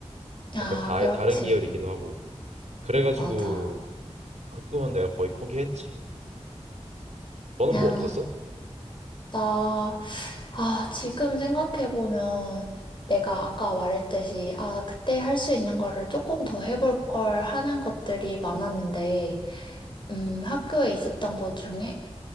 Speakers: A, on the left; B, on the right.
A: 아,
B: 약간 다의
A: 그렇지.
B: 다른 계열이기도 하고 그래가지고
A: 맞아.
B: 그 꿈은 내가 거의 포기했지. 너는
A: 그냥,
B: 뭐 없었어?
A: 나 아, 지금 생각해보면 내가 아까 말했듯이, 아, 그때 할 수 있는 거를 조금 더 해볼 걸 하는 것들이 많았는데,
B: 응.
A: 음, 학교에 있었던 것 중에